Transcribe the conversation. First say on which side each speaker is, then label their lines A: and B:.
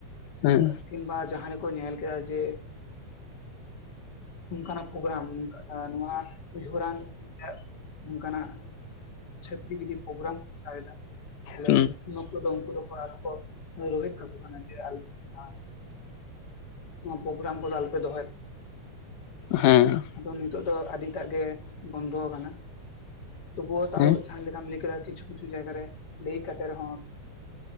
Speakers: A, on the left (about 45°); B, on the left (about 75°).
A: ᱠᱤᱱᱵᱟ
B: ᱦᱮᱸ
A: ᱠᱤᱱᱵᱟ ᱡᱟᱦᱟᱸ ᱨᱮᱠᱚ ᱧᱮᱞ ᱠᱮᱫᱟ ᱡᱮ ᱱᱚᱝᱠᱟ ᱱᱟᱜ ᱯᱨᱳᱜᱨᱟᱢ ᱱᱚᱣᱟ ᱩᱭᱦᱟᱹᱨᱟᱱ ᱱᱚᱝᱠᱟ ᱱᱟᱜ ᱪᱷᱟᱹᱛᱨᱤ ᱜᱤᱨᱤ ᱯᱨᱳᱜᱨᱟᱢ ᱠᱚ ᱠᱚᱨᱟᱣ ᱮᱫᱟ, ᱛᱟᱦᱞᱮ
B: ᱦᱩᱸ
A: ᱩᱱ ᱚᱠᱛᱚ ᱫᱚ ᱩᱱᱠᱩ ᱫᱚᱠᱚ ᱟᱨ ᱠᱚ ᱨᱳᱦᱮᱫ ᱠᱟᱠᱚ ᱠᱟᱱᱟ ᱡᱮ ᱟᱞᱮ ᱵᱮᱱᱟᱣᱟ, ᱱᱚᱣᱟ ᱯᱨᱳᱜᱨᱟᱢ ᱠᱚᱫᱚ ᱟᱞᱯᱮ ᱫᱚᱦᱚᱭ
B: ᱦᱮᱸ
A: ᱟᱫᱚ ᱱᱤᱛᱚᱜ ᱫᱚ ᱟᱹᱰᱤᱴᱟᱜ ᱜᱮ ᱵᱚᱱᱫᱚ ᱟᱠᱟᱱᱟ᱾ ᱛᱚᱵᱩ ᱛᱟᱣ
B: ᱦᱮᱸ
A: ᱡᱟᱦᱟᱸ ᱞᱮᱠᱟᱢ ᱞᱟᱹᱭ ᱠᱮᱫᱟ ᱠᱤᱪᱷᱩ ᱠᱤᱪᱷᱩ ᱡᱟᱭᱜᱟ ᱨᱮ ᱞᱟᱹᱭ ᱠᱟᱛᱮ ᱨᱮᱦᱚᱸ᱾